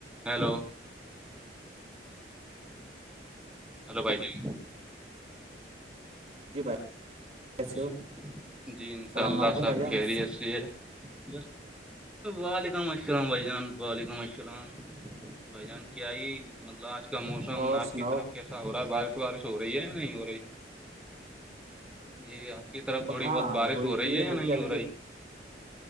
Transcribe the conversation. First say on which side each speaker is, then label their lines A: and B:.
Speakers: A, in the centre; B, on the right.
A: hello hello بھائی جی
B: جی بھائی کیسے
A: ج
B: ہو
A: جی
B: السلام
A: انشاء اللہ
B: علیکم
A: سب
B: بھائی جان
A: خریت سے ہے بس وعلیکم السلام بھائی جان وعلیکم السلام بھائی جان کیائی مطلب آج کا موسم
B: اور
A: آپ
B: سناؤ
A: کی طرف کیسا ہو رہا ہے بارش وارش ہو رہی ہے یا نہیں ہو رہی جی آپ کی طرف تھوڑی
B: ہاں
A: بہت بارش
B: ہوئی
A: ہو رہی
B: تھی
A: ہے یا
B: ہلکی
A: نہیں
B: ہلکی
A: ہو رہی